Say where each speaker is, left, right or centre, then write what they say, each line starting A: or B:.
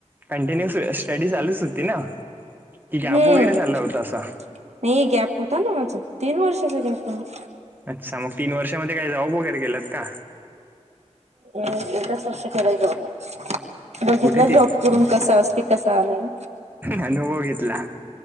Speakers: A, on the right; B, on the right.
A: कंटिन्यू स्टडी चालूच होती ना की गॅप
B: हम्म
A: वगैरे झाला होता असा
B: नाही गॅप होता ना माझा तीन वर्षाचा गॅप आहे
A: अच्छा मग तीन वर्षामध्ये काही जॉब वगैरे गेलंत का
B: आणि एक <inaudible> कस केलं जॉब बघितलं
A: कुठे ती
B: जॉब करून कसा असते कसा नाही.
A: अनुभव घेतला